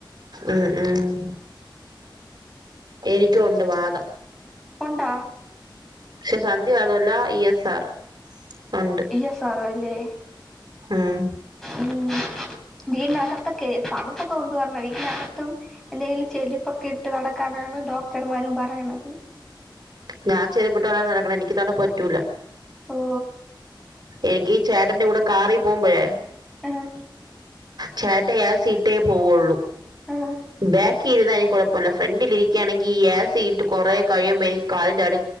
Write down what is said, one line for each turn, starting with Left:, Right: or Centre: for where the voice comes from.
Right: ഉം ഉം എനിക്കുണ്ട് വാദം.
Centre: ഉണ്ട.
Right: പക്ഷെ സന്ധ്യന്നല്ല ഇ എസ് ആർ. ഉണ്ട്
Centre: എ സാറോ അല്ലേ?
Right: ഉം.
Centre: ഉം. വീടിനകത്തൊക്കെ തണുപ്പൊക്കെ കൊണ്ട വരണ വീടിനകത്തും എന്തെങ്കിലും ചെടിപ്പൊക്ക ഇട്ട് നടക്കാന മ്മ ഡോക്ടർമാരും പറയണത്.
Right: ഞാൻ ചെര്പ്പ്ട്ടോണ്ട നടക്ണത് എനിക്ക് തണ്പ്പ് പറ്റൂല.
Centre: ഓ.
Right: എനിക്ക്ീഈ ചേട്ടന്റെ കൂടെ കാറി പോകുമ്പോഴേ
Centre: ആഹ്
Right: ചേട്ട യേസീട്ടേ പോവുള്ളൂ
Centre: ആഹ്
Right: ബാക്കി ഇരുുന്നാ എനിക്ക് കുഴപ്പമില്ല ഫ്രണ്ടിലിരികാണെങ്കിൽ ഈ യാസ് ഇട്ട് കുറെേ കഴിയുമ്പോ എനിക്ക് കാലിന്റെ അടു